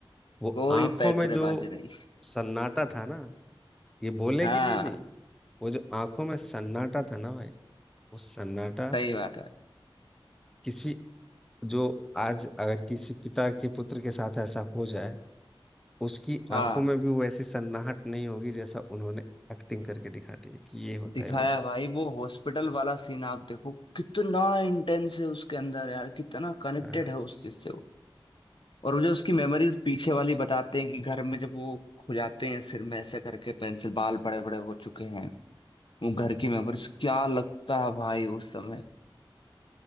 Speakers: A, in the centre; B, on the left (about 65°).
A: वो
B: कोई
A: आंखों
B: पैतरेबाजी
A: में जो
B: नहीं
A: सन्नाटा था ना ये बोलने
B: हाँ
A: की चीज नहीं वो जो आंखों में सन्नाटा था ना भाई वो सन्नाटा
B: सही बात है
A: किसी जो आज अगर किसी पिता के पुत्र के साथ ऐसा हो जाए उसकी
B: हाँ
A: आंखों में भी वैसी सन्नाहट नहीं होगी जैसा उन्होंने एक्टिंग करके दिखा दी है कि ये होता
B: दिखाया
A: है
B: भाई वो हॉस्पिटल वाला सीन आप देखो कितना इंटेंस है उसके अंदर यार कितना कनेक्टेड
A: इमोशन
B: है उस चीज से और मुझे उसकी मेमोरीज पीछे वाली बताते हैं कि घर में जब वो खुजाते हैं सिर में ऐसे करके पेंसिल बाल बड़े बड़े हो चुके हैं वो घर की मेमोरीज क्या लगता है भाई उस समय